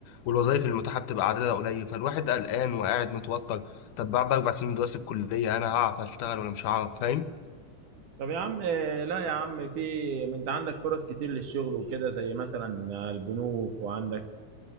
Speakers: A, on the left; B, on the right.
A: والوظائف المتاحة بتبقى عددها قليل فالواحد قلقان وقاعد متوتر طب بعد اربع سنين دراسة الكلية انا هعرف اشتغل ولا مش هعرف فاهم
B: طب يا عم آه، لا يا عم في ما انت عندك فرص كتير للشغل وكده زي مثلا آه، البنوك وعندك